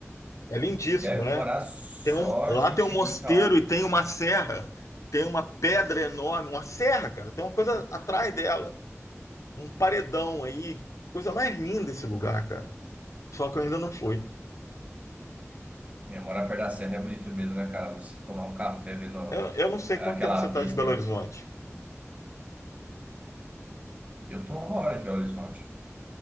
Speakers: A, on the left; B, on the right.
A: É lindíssimo,
B: E deve
A: né?
B: morar só
A: Tem um, lá
B: gente
A: tem um
B: rica
A: mosteiro
B: lá, cara.
A: e tem uma serra, tem uma pedra enorme, uma serra, cara. Tem uma coisa atrás dela, um paredão aí, coisa mais linda esse lugar, cara. Só que eu ainda não fui.
B: É, morar perto da serra é bonito mesmo, né, cara? Você tomar um café vendo
A: Eu, eu não sei
B: aquela
A: quanto tempo você está
B: vista.
A: de Belo Horizonte.
B: Eu tô a uma hora de Belo Horizonte.